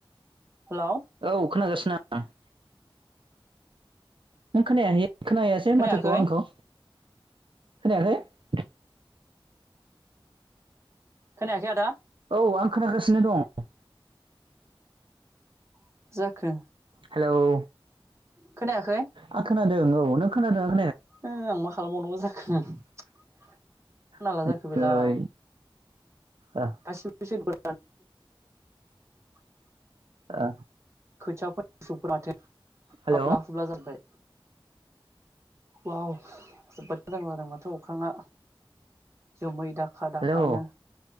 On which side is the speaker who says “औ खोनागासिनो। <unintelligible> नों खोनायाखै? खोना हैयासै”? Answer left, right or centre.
Right